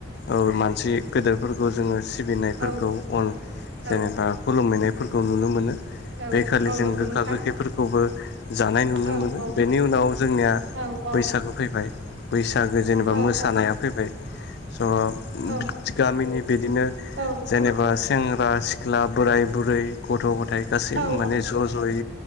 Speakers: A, on the left; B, on the right.
A: औ मानसि गेदेरफोरखौ जोङो सिबिनायफोरखौ
B: औ
A: अन
B: औ
A: जेनेबा खुलुमहैनाय फोरखौ नुनो मोनो
B: औ
A: बेखालि
B: औ
A: जों
B: नंगौ
A: गोखा
B: नोंथां
A: गोखैफोरखौबो जानाय नुनो
B: औ
A: मोनो
B: औ
A: बेनि उनाव जोंनिया
B: औ औ
A: बैसागु फैबाय बैस सागो जेनेबा
B: औ
A: मोसानाया फैबाय स'
B: औ
A: गामिनि बिदिनो
B: औ
A: जेनेबा सेंग्रा सि ख्ला बोराइ बुरै गथ' ग थाय गासैबो
B: औ
A: माने ज' ज'यै